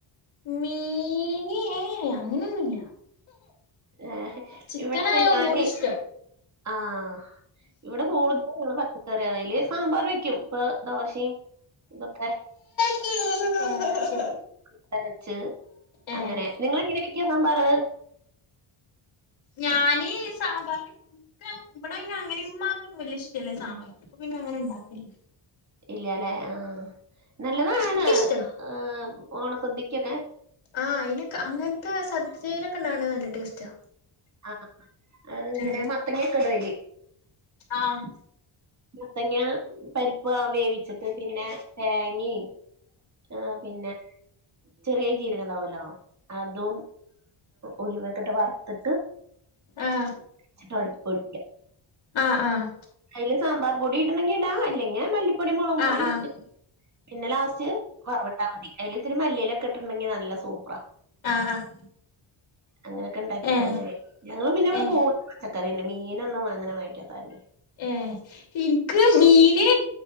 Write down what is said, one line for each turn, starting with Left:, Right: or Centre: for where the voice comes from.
Left: മീന് ഏഹ് അങ്ങനൊന്നുല്ല.
Right: ഏഹ്
Left: ചിക്കനായ
Right: ഇവടെത്തെ ഞാന്
Left: ഒന്നൂടി ഇഷ്ടം
Right: ആഹ് ഇവടെ <unintelligible> പച്ചക്കറിയ അയിൽ സാമ്പാർ വെ ക്കും ഇപ്പ ദോശയും ഇതൊക്കെ
Left: ആഹ് ശെരി
Right: ത്തരച്ച്
Left: ഏഹ്
Right: അങ്ങനെ നിങ്ങളെങ്ങനെ ക്കിയ സാമ്പാറ്?
Left: ഞാൻ സാമ്പാർ ക്ക ഇവടെ അയ്ന അങ്ങനെ ഇമ്മാക്കൊന്നും വല്യ ഇഷ്ടല്ല സാമ്പാർ. അപ്പ പിന്നെ അങ്ങനെ ണ്ടാക്കല്
Right: ഇല്ല ല്ലെ ആഹ് നല്ലതാണ്
Left: എനിക്കിഷ്ടാ
Right: ഏഹ് ഹ് ഓണ സദ്യക്കൊക്കെ.
Left: ആഹ് അയ്നെക്കെ അങ്ങൻത്തെ സദ്യയിലക്കെ ണ്ടാണ് നല്ല ടേസ്റ്റാ.
Right: ആഹ് അഹ് ങ്ങനെ
Left: ഉം
Right: മത്തങ്ങ്യക്കെ ടയ്ല്.
Left: ആഹ്
Right: മത്ത്യങ്ങ പരിപ്പ് വേവിച്ചിട്ട് പിന്നെ തേങ്ങി ആഹ് പിന്നെ ചെറിയ ജീരക ണ്ടാവല്ലോ അതും ഉലുവെക്കട്ട് വർത്ത്ട്ട്
Left: ആഹ്
Right: ചിട്ടോ പ്പവിള്ക്ക്യ
Left: ആഹ് ആഹ്
Right: അയില് സാമ്പാർ പൊടി ഇടണെങ്കി ടാ അല്ലങ്കി ഞാ മല്ലിപ്പൊടി, മൊളക്
Left: ആഹ്
Right: പൊടി
Left: ആഹ്
Right: പിന്നെ ലാസ്റ്റ് വറവ് ട്ടാമതി അയിൽ ഇത്തിരി മല്ലിയിലക്കെ ഇട്ട്ണ്ടങ്കി നല്ല സൂപ്പറാ.
Left: ആഹ് ആഹ്
Right: അങ്ങനക്ക ണ്ടാക്കി
Left: ഏഹ്
Right: കഴിഞ്ഞാല് ഞങ്ങള് പിന്നെ ഇവടെ
Left: ഏഹ്
Right: കൂ പച്ചക്കനെ മീനൊന്നും അാങ്ങനെ വാങ്ങിക്കാത്തകാരനെ
Left: ഏ ഇൻക്ക് മീന്